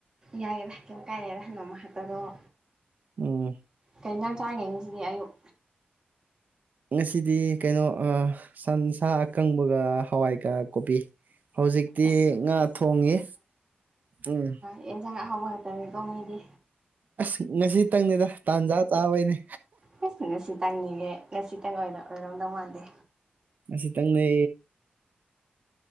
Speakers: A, on the right (about 25°); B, on the right (about 50°).
A: ꯌꯥꯏꯑꯦꯕ ꯀꯔꯤꯝ ꯀꯥꯏꯗꯦꯗ ꯅꯣꯡꯃ ꯈꯛꯇꯗꯨꯕꯨ
B: ꯎꯝ
A: ꯀꯩ ꯌꯦꯟꯁꯥꯡꯡ ꯆꯥꯒꯦ ꯉꯁꯤꯗꯤ ꯑꯌꯨꯛ
B: ꯉꯁꯤꯗꯤ ꯀꯩꯅꯣ ꯑꯥ ꯁꯟꯁꯥ ꯑꯀꯪꯕꯒ ꯍꯋꯥꯏꯒ ꯀꯣꯕꯤ ꯍꯧꯖꯤꯛꯇꯤ
A: ꯑꯁ
B: ꯉꯥ ꯊꯣꯡꯉꯤ ꯎꯝ
A: ꯑꯦꯟꯁꯥꯡ ꯑꯍꯥꯎꯕ ꯉꯥꯛꯇꯅꯦ ꯀꯣ ꯃꯤꯗꯤ
B: ꯑꯁ ꯉꯁꯤꯇꯪꯅꯤꯗ ꯇꯥꯟꯖꯥ ꯆꯥꯕꯩꯅꯦ
A: ꯑꯩꯁ ꯉꯁꯤ ꯇꯪꯅꯤꯅꯦ ꯉꯁꯤꯇꯪ ꯑꯣꯏꯔꯝꯗꯧ ꯃꯥꯟꯗꯦ
B: ꯑꯁꯤꯇꯪꯅꯦ